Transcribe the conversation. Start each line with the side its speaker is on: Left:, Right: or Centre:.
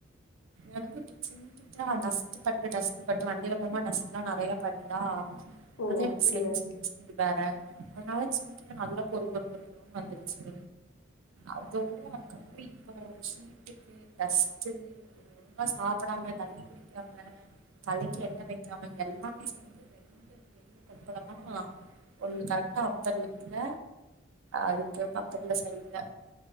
Right: எனக்கும் ஸ்கின் கிட்ட டஸ்ட் பட்டு டஸ்ட் பட்டு வண்டியில போகும்போது டஸ்ட்லாம் நிறைய படுதா
Left: ஓ
Right: அதே
Left: அப்டி
Right: மாரி செம்
Left: வருமா
Right: <unintelligible> சி வேற அதுனால சீட்டு நல்லா பொறு பொறு பொறுன்னு வந்துருச்சு அதுவும் அதுக்கப்புறம் இப்போ சீட்டுக்கு டஸ்ட் ஒழுங்கா சாப்பிடாம தண்ணி குடிக்காம தலைக்கு எண்ணெய் வைக்காம எல்லாமே சேந்து ரெண்டு பெரிய கொப்பலமா ஒண்ணு கரெக்டா அப்பர்லிப்ல அதுக்கு பக்கத்துல சைடுல